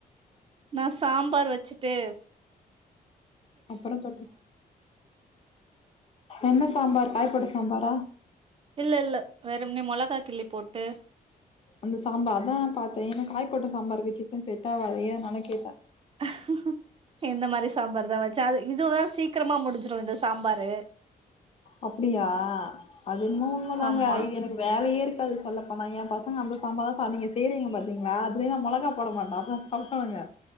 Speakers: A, on the right; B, on the left.
A: நா சாம்பார் வெச்சுட்டு
B: அப்புறோ தோழி என்ன சாம்பார் காய் போட்ட சாம்பாரா
A: இல்ல இல்ல வெறும்னே மொளகா கிள்ளி போட்டு
B: அந்த சாம்பா அதா பாத்தே ஏன்னா காய் போட்ட சாம்பார் வெச்சுக்கின் செட் ஆவாது ஏனாலு கேட்ட
A: ஆஹாஹா இந்த மாரி சாம்பாருதா வெச்ச அது இதுவே சீக்குரமா முடுஞ்சுரு இந்த சாம்பாரு
B: அப்டியா அது இன்மோ உண்மதாங்க
A: ஆமா
B: இது எனக்கு வேலயே இருக்காது சொல்லபோனா ஏ பசங்க அந்த சாம்பார் தா செ நீங்க செய்றீங்க பாத்தீங்ளா அதுலியு நா மொளகா போட மாட்ட அப்புறஸ் கால் பண்ணுங்க